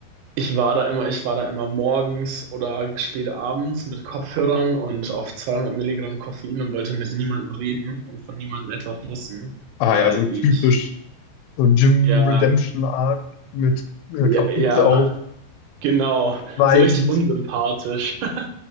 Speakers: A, on the right; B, on the left.
A: ich war da immer, ich war da immer morgens oder spät abends mit Kopfhörern und auf 200 Milligramm Koffein und wollte mit niemandem reden und von niemandem etwas wissen,
B: Ah
A: weil
B: ja, so typisch,
A: ich,
B: so Jim
A: ja,
B: Redemption Arc mit äh,
A: ja,
B: Kapuze
A: ja,
B: auf,
A: genau,
B: schweigend,
A: so richtig unsympathisch. <laughs>